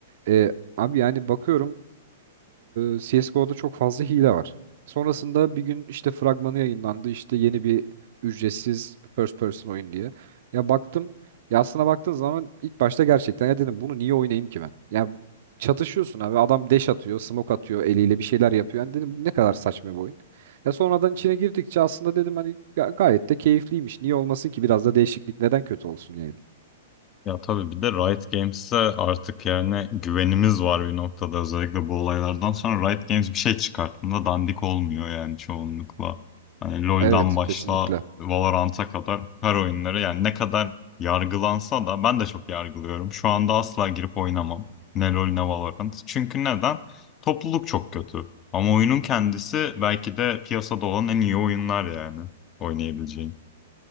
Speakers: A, on the right (about 60°); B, on the left (about 30°).
A: E, abi yani bakıyorum e, CSGO'da çok fazla hile var. Sonrasında bir gün işte fragmanı yayınlandı. İşte yeni bir ücretsiz first person oyun diye. Ya baktım. Ya aslına baktığın zaman ilk başta gerçekten ya dedim bunu niye oynayayım ki ben? Ya çatışıyorsun abi. Adam dash atıyor, smoke atıyor eliyle bir şeyler yapıyor. Yani dedim bu ne kadar saçma bir oyun. Ya sonradan içine girdikçe aslında dedim hani ga- gayet de keyifliymiş. Niye olmasın ki biraz da değişiklik neden kötü olsun yani?
B: Ya tabii bir de Riot Games'e artık yani güvenimiz var bir noktada özellikle bu olaylardan sonra Riot Games bir şey çıkarttığında dandik olmuyor yani çoğunlukla. Hani LoL'dan
A: Evet
B: başla
A: kesinlikle.
B: Valorant'a kadar her oyunları yani ne kadar yargılansa da ben de çok yargılıyorum. Şu anda asla girip oynamam. Ne LoL ne Valorant. Çünkü neden? Topluluk çok kötü. Ama oyunun kendisi belki de piyasada olan en iyi oyunlar yani oynayabileceğin.